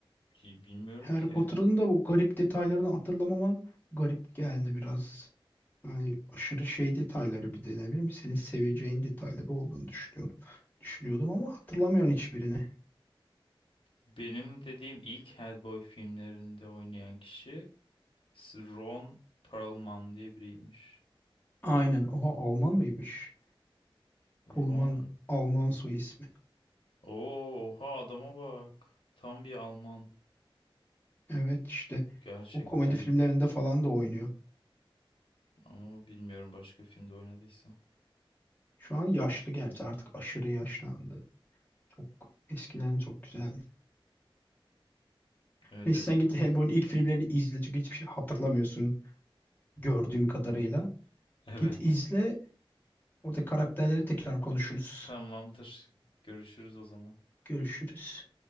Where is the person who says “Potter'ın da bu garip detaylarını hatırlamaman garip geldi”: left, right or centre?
Left